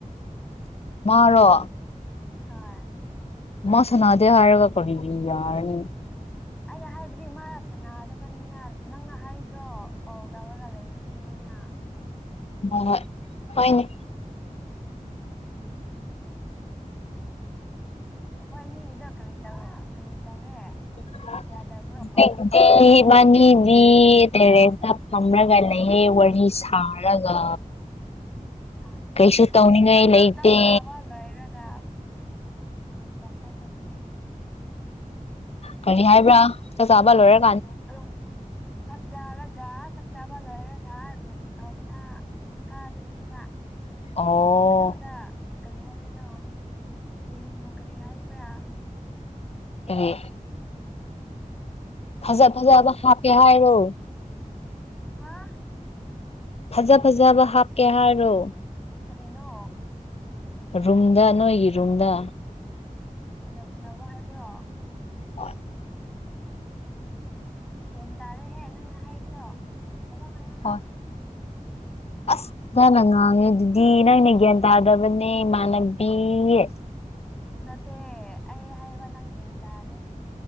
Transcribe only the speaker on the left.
ꯃꯥꯔꯣ
ꯃꯃ ꯁꯅꯗꯦ ꯍꯥꯔꯒ ꯀ ꯌꯥꯔ
ꯍꯣꯏ ꯍꯣꯏꯅꯦ
<unintelligible>
ꯃꯥꯅꯤꯗꯤ ꯇꯦꯔꯦꯁꯇ ꯐꯝꯔꯒ ꯂꯩꯌꯦꯦ ꯋꯥꯔꯤ ꯁꯥꯔꯒ
ꯀꯩꯁꯨ ꯇꯧꯅꯤꯡꯉꯥꯏ
ꯂꯩꯇꯦ
ꯀꯔꯤ ꯍꯥꯏꯕ꯭ꯔꯥ ꯆ ꯆꯥꯕ ꯂꯣꯏꯔ
ꯑꯣ
ꯑ ꯐꯖ ꯐꯖꯕ ꯍꯥꯞꯀꯦ ꯍꯥꯏꯔꯣ
ꯐꯖ ꯐꯖꯕ ꯍꯥꯞꯀꯦ ꯍꯥꯏꯔꯣ
ꯔꯨꯝꯗꯥ ꯅꯣꯏ ꯔꯨꯝꯗꯥ
ꯑꯣ
ꯍꯣꯏ ꯑꯁ ꯐꯖꯅ ꯉꯥꯡꯉꯦ ꯑꯗꯨꯗꯤ ꯅꯪꯅꯦ ꯒ꯭ꯌꯥꯟ ꯇꯥꯗꯕꯅꯦ ꯃꯅꯕꯤꯦ